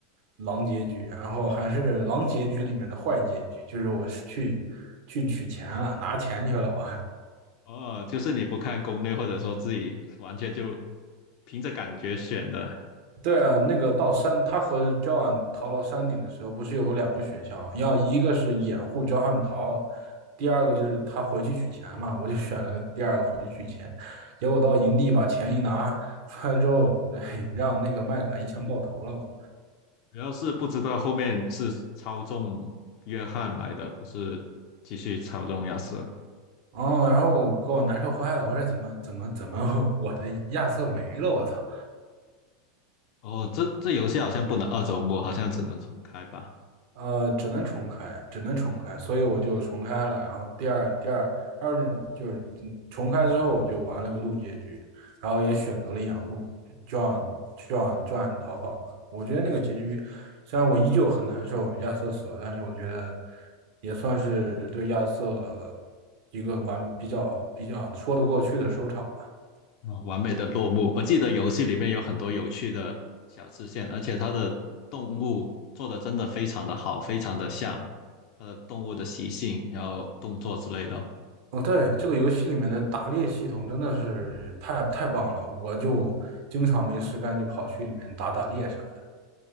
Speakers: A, on the right; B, on the left.
A: 狼结局，然后还是狼结局里面的坏结局，就是我是去去取钱了，拿钱去了我。
B: 哦，就是你不看攻略，或者说自己完全就凭着感觉选的，
A: 对啊，那个到山，他和 Joan 逃到山顶的时候，不是有两个选项啊要一个是掩护 Joan 逃，第二个就是他回去取钱嘛。我就选了个第二个回去取钱，结果到营地把钱一拿出来之后，嘿，让那个麦卡一枪爆头了我。
B: 主要是不知道后面是操纵约翰来的，不是继续操纵亚瑟。
A: 哦，然后我给我难受坏了，我说怎么怎么怎么 <laughs> 我的亚瑟没了，我操！
B: 哦，这这游戏好像不能二周末，好像只能重开吧。
A: 呃，只能重开，只能重开，所以我就重开了。然后第二第二二任就是嗯重开之后，我就玩了个路结局，然后也选择了掩护 John John John 逃跑嘛。我觉得那个结局虽然我依旧很难受亚瑟死了，但是我觉得也算是对亚瑟一个完比较比较说得过去的收场。吧。
B: 啊，完美的落幕。我记得游戏里面有很多有趣的小支线，而且它的动物做的真的非常的好，非常的像它的动物的习性，然后动作之类的。
A: 哦，对，这个游戏里面的打猎系统真的是太太棒了，我就经常没事干就跑去里面打打猎啥的。